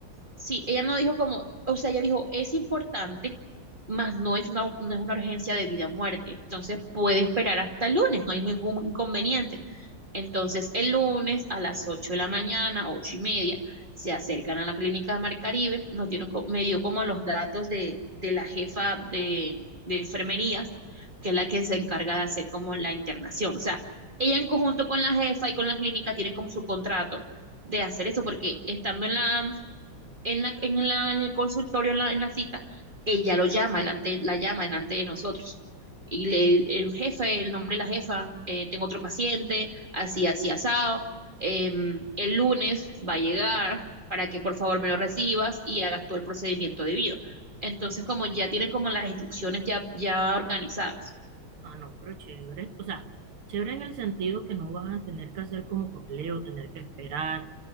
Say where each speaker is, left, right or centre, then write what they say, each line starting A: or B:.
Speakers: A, on the right; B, on the right.
A: sí, ella no dijo como, o sea, ella dijo, es importante, mas no es una, no es una urgencia de vida o muerte. Entonces puede esperar hasta el lunes, no hay ningún inconveniente. Entonces, el lunes a las 8 de la mañana, ocho y media, se acercan a la clínica de Mar Caribe, nos dieron, co- me dio como los datos de, de la jefa de, de enfermerías, que es la que se encarga de hacer como la internación. O sea, ella en conjunto con la jefa y con la clínica tienen como su contrato de hacer eso, porque estando en la, en la, en la- en el consultorio, en la, en la cita, ella lo llama, delante- la llama delante de nosotros. Y le, el jefe, el nombre de la jefa, eh, tengo otro paciente, así, así, asado. em, el lunes va a llegar para que por favor me lo recibas y hagas todo el procedimiento debido. Entonces, como ya tienen como las instrucciones ya, ya organizadas.
B: Ah, no, pero chévere. O sea, chévere en el sentido que no vas a tener que hacer como papeleo, tener que esperar